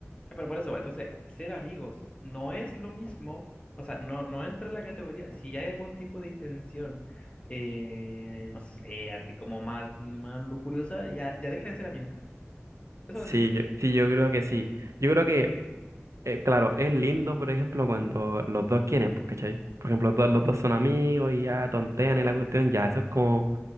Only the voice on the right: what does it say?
Sí,
yo, sí, yo creo que sí. Yo creo que, eh, claro, es lindo, por ejemplo, cuando los dos quieren, pues, ¿cachai? Por ejemplo, los dos, los dos son amigos y ya tontean en la cuestión, ya, eso es como,